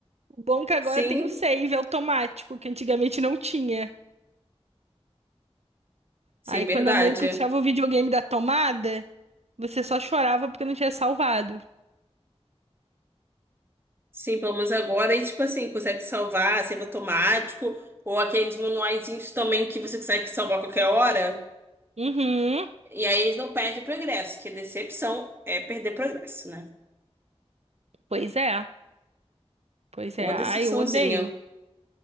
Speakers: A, on the right (about 75°); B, on the right (about 20°).
A: O bom é que agora
B: Sim,
A: tem o save automático, que antigamente não tinha.
B: sim,
A: Aí
B: verdade.
A: quando a mãe puxava o videogame da tomada, você só chorava porque não tinha salvado.
B: Sim, pelo menos agora, e tipo assim, consegue salvar, save automático, ou aqueles manuaizinhos também que você consegue salvar a qualquer hora,
A: Uhum.
B: e aí eles não perdem progresso, que decepção é perder progresso, né?
A: Pois é. Pois
B: Ou
A: é. Ai,
B: decepçãozinha.
A: eu odeio.